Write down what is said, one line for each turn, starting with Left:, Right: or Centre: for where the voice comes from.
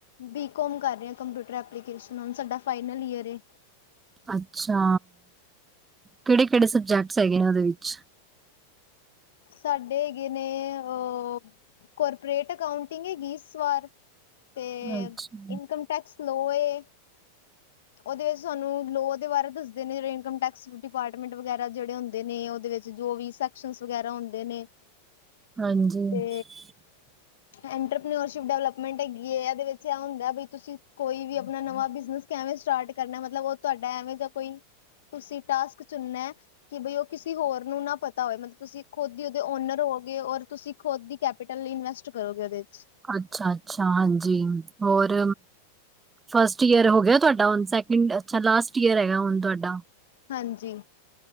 Left: ਬੀਕੌਮ ਕਰ ਰੇ ਆ, ਕੰਪਿਊਟਰ ਐਪਲੀਕੇਸ਼ਨ ਹੁਨ ਸਾਡਾ ਫਾਈਨਲ ਈਅਰ ਏ।
Right: ਅੱਛਾ, ਕੇੜੇ-ਕੇੜੇ ਸਬਜੈਕਟਸ ਹੈਗੇ ਨੇ ਓਦੇ ਵਿੱਚ?
Left: ਸਾਡੇ ਹੈਗੇ ਨੇ, ਅ ਕੋਰਪਰੇਟ ਅਕਾਊਂਟਿੰਗ ਹੈਗੀ ਇਸ ਵਾਰ ਤੇ,
Right: ਅੱਛਾ
Left: ਇਨਕਮ ਟੈਕਸ ਲੋ ਏ ਓਦੇ ਵਿੱਚ ਸਾਨੂੰ ਲੋ ਦੇ ਬਾਰੇ ਦੱਸਦੇ ਨੇ ਜੇੜੇ ਇਨਕਮ ਟੈਕਸ ਡਿਪਾਰਟਮੈਂਟ ਵਗੈਰਾ ਜੇੜੇ ਹੁੰਦੇ ਨੇ ਓਦੇ ਵਿੱਚ ਜੋ ਵੀ ਸੈਕਸ਼ਨਸ ਵਗੈਰਾ ਹੁੰਦੇ ਨੇ
Right: ਹਾਂਜੀ
Left: ਤੇ
Right: <inaudible>
Left: ਐਂਟਰਪਿਨੋਓਰਸ਼ਿਪ ਡਿਵਲਪਮੈਂਟ ਹੈਗੀ ਐ, ਏਦੇ ਵਿੱਚ ਏ ਹੁੰਦਾ ਬਈ ਤੁਸੀਂ ਕੋਈ ਵੀ ਆਪਣਾ ਨਵਾਂ ਬਿਜ਼ਨਸ ਕੈਵੇਂ ਸਟਾਟ ਕਰਨਾ, ਮਤਲਬ ਓ ਤੁਆਡਾ ਐਵੇਂ ਦਾ ਕੋਈ ਤੁਸੀਂ ਟਾਸਕ ਚੁਣਨੈ, ਕਿ ਬਈ ਓ ਕਿਸੀ ਹੋਰ ਨੂੰ ਨਾ ਪ ਤਾ ਹੋਵੇ ਮਤ ਤੁਸੀਂ ਖੁਦ ਈ ਓਦੇ ਓਨਰ ਹੋਓਗੇ, ਔਰ ਤੁਸੀਂ ਖੁਦ ਦੀ ਕੈਪੀਟਲ ਲਈ ਇਨਵੈਸਟ ਕਰੋਗੇ ਓਦੇ ਵਿੱਚ।
Right: ਅੱਛਾ-ਅੱਛਾ, ਹਾਂਜੀ, ਹੋਰ? ਫਸਟ ਈਅਰ ਹੋ ਗਿਆ ਤੁਆਡਾ ਹੁਣ ਸੈਕਿੰਡ ਅੱਛਾ ਲਾਸਟ ਈਅਰ ਹੈਗਾ ਹੁਣ ਤੁਆਡਾ?
Left: ਹਾਂਜੀ।